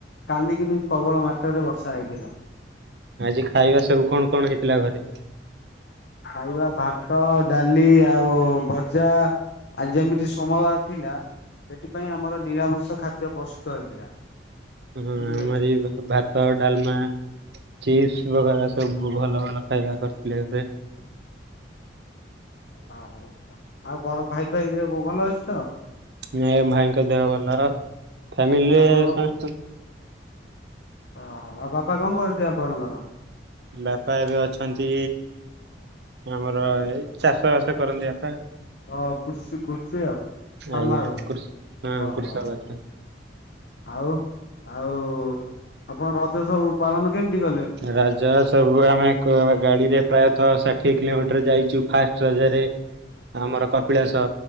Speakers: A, on the left; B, on the right.
A: କାଲି କିନ୍ତୁ ପ୍ରବଳ ମାତ୍ରାରେ ବର୍ଷା ହେଇଥିଲା।
B: ଆଜି ଖାଇବା ସବୁ କଣ କଣ ହେଇଥିଲା ଘରେ?
A: ଖାଇବା ଭାତ ଡାଲି ଆଉ ଭଜା। ଆଜି ଯେମିତି ସୋମବାର ଥିଲା ସେଥିପାଇଁ ଆମର ନିରାମିଷ ଖାଦ୍ୟ ପ୍ରସ୍ତୁତ ହେଇଥିଲା।
B: ହଁ
A: ବୁଝିପାରିଲେ?
B: ଆମରି ବି ଭା ଭାତ ଡାଲମା ଚିପ୍ସ ବଗରା ସବୁ
A: ଓହୋ
B: ଭଲ ଭଲ ଖାଇବା କର ଥିଲେ ଏବେ।
A: ଓହ ଆଉ ବଡ ଭାଇ ଫାଇ ଦେହ ଭଲ ଅଛି ତ?
B: ନାଇଁ ଏ ଭାଇଙ୍କ ଦେହ ଭଲ ଫ୍ୟାମିଲିରେ
A: ଆପଣଙ୍କ
B: ସମସ୍ତ
A: ଅ ହ ଆଉ ବାପା କଣ କରନ୍ତି ଆପଣଙ୍କର?
B: ବାପା ଏବେ ଅଛନ୍ତି ଆମର ଏ ଚାଷ ବାସ କରନ୍ତି ବାପା।
A: ଅ କୃଷି କୃଷି ଆଉ କମାର
B: ଆଜ୍ଞା କୃଷ ହଁ
A: ଓ
B: କୃଷକ
A: ହଉ।
B: ଅଛନ୍ତି।
A: ଆଉ ଆଉ ଆପଣ ରଜ ସବୁ ପାଳନ କେମତି କଲେ?
B: ରଜ ସବୁ ଆମେ କ ଗାଡିରେ ପ୍ରାୟତଃ ଷାଠିଏ କିଲୋମିଟର ଯାଇଛୁ ଫାଷ୍ଟ ରଜରେ। ଆମର କପିଳାସ